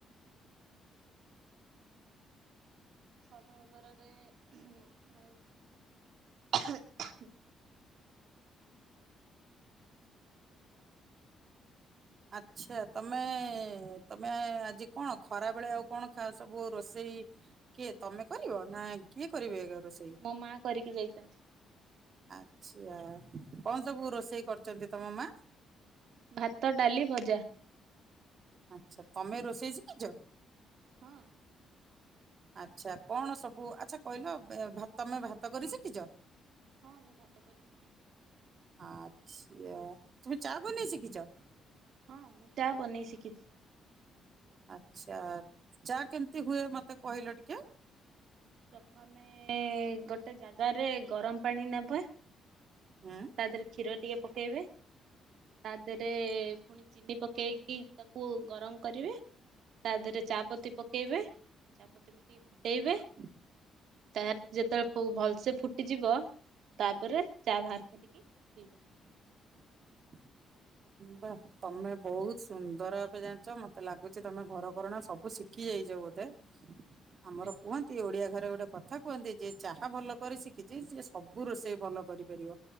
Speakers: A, on the right (about 70°); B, on the right (about 50°).
A: ସୋର ବରରେ <unintelligible>
B: ଆଚ୍ଛା ତମେ ତମେ ଆଜି କଣ ଖରା ବେଳେ ଆଉ କଣ ଖା ସବୁ ରୋଷେଇ ଇ କିଏ ତମେ କରିବ ନା କିଏ କରିବେ? ରୋଷେଇ?
A: ମୋ ମା କରିକି ଯାଇଚନ୍ତି।
B: ଆଚ୍ଛା କଣ ସବୁ ରୋଷେଇ କରଚନ୍ତି ତମ ମା?
A: ଭାତ ଡାଲି ଭଜା।
B: ଆଚ୍ଛା ତମେ ରୋଷେଇ ଶିଖିଚ?
A: ହଁ।
B: ଆଚ୍ଛା କଣ ସବୁ ଆଚ୍ଛା କହିଲ ଅ ଭାତ ତମେ ଭାତ କରି ଶିଖିଚ?
A: ହଁ ମୁଁ ଭାତ କରି ଶିଖିଛି
B: ଆଛା। ତୁମେ ଚାହା ବନେଇ ଶିଖିଚ?
A: ହଁ ମୁଁ ଚା ବନେଇ ଶିଖିଚି।
B: ଆଚ୍ଛା ଚା କେମିତି ହୁଏ ମତେ କହିଲ ଟିକେ?
A: ପ୍ରଥମେ ଗୋଟେ ଜାଗାରେ ଗରମ ପାଣି ନେବା। ତା
B: ହୁଁ
A: ଦେହରେ କ୍ଷୀର ଟିକେ ପକେଇବେ। ତା ଦେହରେ ପୁଣି ଚିନି ପକେଇକି ତାକୁ ଗରମ କରିବେ। ତା ଦେହରେ ଚାପତି ପକେଇବେ, ଚାପତି ପକେଇକି ଫୁଟେଇବେ।
B: <inaudible>
A: ତା ଯେତେବେଳେ ପୁ ଭଲସେ ଫୁଟିଯିବ ତାପରେ ଚା ବାହାର କରିକି ପିଇବେ।
B: <inaudible> ବା ତମେ ବହୁତ ସୁନ୍ଦର ଭାବେ ଜାଣିଚ, ମତେ ଲାଗୁଚି ତମେ ଘର କରଣା ସବୁ ଶିଖି ଯାଇଚ ବୋଧେ। ଆମର
A: ଆଜ୍ଞା
B: କୁହନ୍ତି ଓଡିଆ ଘରେ ଗୋଟେ କଥା କୁହନ୍ତି ଯ ଚାହା ଭଲ କରି ଶିଖିଚି, ସେ ସବୁ ରୋଷେଇ ଭଲ କରିପାରିବ।